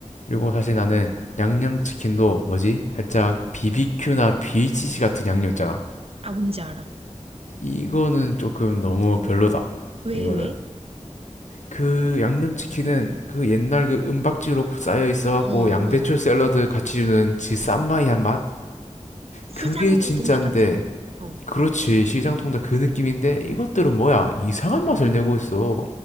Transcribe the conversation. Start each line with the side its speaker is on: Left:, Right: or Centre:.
Left: 그리고 사실 나는 양념치킨도 뭐지? 살짝 BBQ나 BHC 같은 양념 있잖아.
Right: 아, 뭔지 알아.
Left: 이거는 조금 너무 별로다.
Right: 왜,
Left: 이거는.
Right: 왜?
Left: 그 양념치킨은 그 옛날 그 은박지로 쌓여 있어갖고
Right: 어, 어,
Left: 양배추 샐러드 같이 주는 그 쌈마이한
Right: 어.
Left: 맛?
Right: 시장
Left: 그게 진짠데
Right: 동닭 같은? 어, 어.
Left: 그렇지 시장통닭 그 느낌인데 이것들은 뭐야 이상한 맛을 내고 있어